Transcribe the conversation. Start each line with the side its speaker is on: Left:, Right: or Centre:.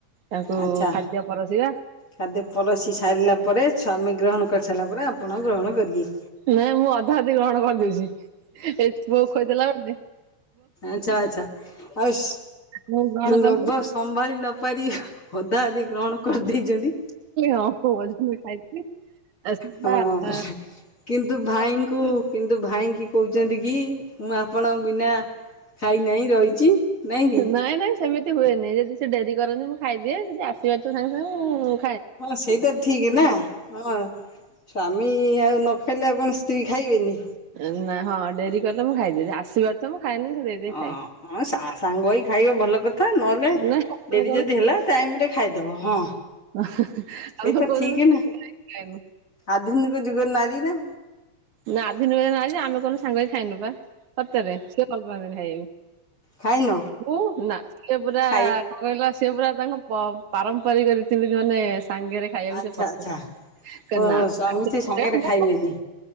Right: ତାଙ୍କୁ
Left: ଆଚ୍ଛା।
Right: ଖାଦ୍ୟ ପରସିବା
Left: ଖାଦ୍ୟ ପଳଶି ସାରିଲା ପରେ ସ୍ୱାମୀ ଗ୍ରହଣ କରିସାରିଲା ପରେ ଆପଣ ଗ୍ରହଣ କରିବେ।
Right: ନାଇଁ ମୁଁ ଅଧା ଅଧି ଗ୍ରହଣ କରିଦେଇଛି ଏ ପୁଅକୁ ଖୋଇଦେଲା ମାନେ
Left: ଆଛା ଆଚ୍ଛା ଅଇସ
Right: ମୁଁ ଗ୍ରହଣ କରିନଥିଲି
Left: ଲୋଭ ସମ୍ଭାଳି ନ ପାରି ଅଧା ଅଧି ଗ୍ରହଣ କରିଦେଇଛନ୍ତି?
Right: ଅ ହୋ ଅଜ ଖାଇ <unintelligible>
Left: ହଁ କିନ୍ତୁ ଭାଇଙ୍କୁ କିନ୍ତୁ ଭାଇଙ୍କି କହୁଛନ୍ତି କି ମୁଁ ଆପଣଙ୍କ ବିନା ଖାଇନାହିଁ ରହିଛି କି?
Right: ନାଇଁ ନାଇଁ ସେମିତି ହୁଏନି ଯଦି ସେ ଡେରି କରନ୍ତିି ମୁଁ ଖାଇଦି ଦିଏ ସେ ଆସିବାର ତ ସାଙ୍ଗେ ସାଙ୍ଗେ ଆଉ
Left: ହଁ ସେଇ ତ ଠିକ ନା ହଁ ସ୍ଵାମୀ ଆଉ ନଖାଇ ଖାଇଲେ ଆଉକଣ ସ୍ତ୍ରୀ ଖାଇବେନି।
Right: ନାଇଁ ହଁ ଡେରି କଲେ ମୁଁ ଖାଇଦେବି ଆସିବାର ତ ମୁଁ ଖାଏନି ଦେଇଦେଇ
Left: ହଁ
Right: ଖାଏ।
Left: ହଁ ସା ସାଙ୍ଗ ହେଇ ଖାଇବ ଭଲ କଥା ନହେଲେ
Right: ନା ଆମେ
Left: ଡେରି ଯଦି ହେଲା ଟାଇମ ରେ ଖାଇଦବ ହଁ।
Right: ହ
Left: ସେଇଟା
Right: ଆମେ କଉଦିନ
Left: ଠିକ
Right: ଟାଇମରେ
Left: ନା
Right: ଖାଇନୁୁ।
Left: ଆଧୁନିକ ଯୁଗରେ ନାରୀ ନା।
Right: ନା ଆଧୁନିକ ଯୁଗ ନାରୀନା ଆମେ କଉ ଦିନ ସାଙ୍ଗହେଇକି ଖାଇନୁବା ସତରେ ସିଏ ଭଲ ପାଆନ୍ତିିନି ଖାଇିବାକୁ।
Left: ଖାଇନ
Right: ମୁଁ ସେ ନାଁ ପୁରା
Left: ଖାଇ
Right: ଆ କଣ କହିଲ ସିଏ ପୁରା ତାଙ୍କ ପ ପାରମ୍ପରିକ ରୀତିନୀତି ମାନେ ସାଙ୍ଗରେ ଖାଇବାକୁ
Left: ଆଚ୍ଛା
Right: ସେ ପସନ୍ଦ-
Left: ଆଚ୍ଛା ଓ ସ୍ୱାମୀ ସ୍ତ୍ରୀ ସାଙ୍ଗରେ
Right: <inaudible>
Left: ଖାଇବେନି